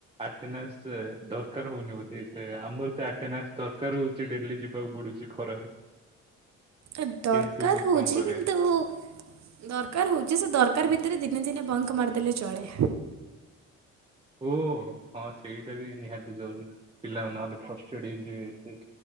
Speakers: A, on the right; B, on the right.
A: ଆଟେନାନ୍ସେ ଦରକାର୍ ହଉନି ବୋଧେ <unintelligible> ଆମର ତ ଆଟେନାନ୍ସ ଦରକାର୍ ହଉ ଯେ ଡେଲି ଯିବାକୁ ପଡ଼ୁଚି ଖରାରେ।
B: ଏ ଦରକାର୍
A: କିନ୍ତୁ
B: ହଉଚି
A: କଣ କରିବା।
B: କିନ୍ତୁ ଉ ଦରକାର୍ ହଉଚି ସେ ଦରକାର୍ ଭିତରେ ଦିନେ ଦିନେ ବଙ୍କ୍ ମାରିଦେଲେ ଚଳେ।
A: ଓ ହଁ ସେଇଟା ବି ନିହାତି ଜରୁରୀ ପିଲାମାନେ ନହେଲେ ଫ୍ରଷ୍ଟେଡ୍ ହେଇଯିବେ ଏତେ